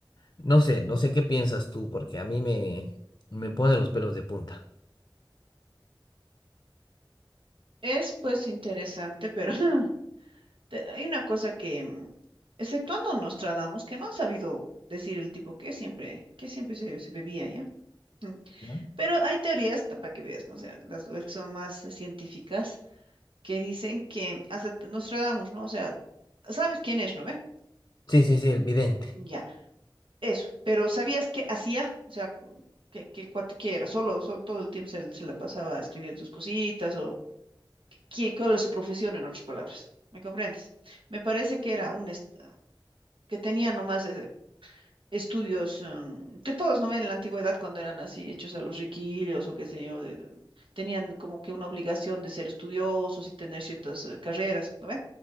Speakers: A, on the left (about 40°); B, on the right (about 80°).
A: No sé, no sé qué piensas tú, porque a mí me, me pone los pelos de punta.
B: Es pues interesante, pero <laughs> te- hay una cosa que, mm, exceptuando Nostradamus, que no han sabido decir el tipo que siempre, que siempre se, se bebía, ¿ya? Mm.
A: ¿Ya?
B: Pero hay teorías, tam- para que veas, ¿no? O sea, las, las que son más eh, científicas, que dicen que hasta te- Nostradamus, ¿no? O sea, sabes quién es, ¿no ve?
A: Sí, sí, sí, el vidente.
B: Ya, eso. Pero ¿sabías qué hacía? O sea, mm, que, que el cuate que era, solo, solo todo el tiempo se, se la pasaba escribiendo sus cositas qué- cuál es su profesión, en otras palabras. ¿Me comprendes? Me parece que era un est- que tenía nomás eh, estudios em, que todos no ven en la antigüedad cuando eran así hechos a los riquillos o qué sé yo, de- de- tenían como que una obligación de ser estudiosos y tener ciertas eh, carreras, ¿no ve?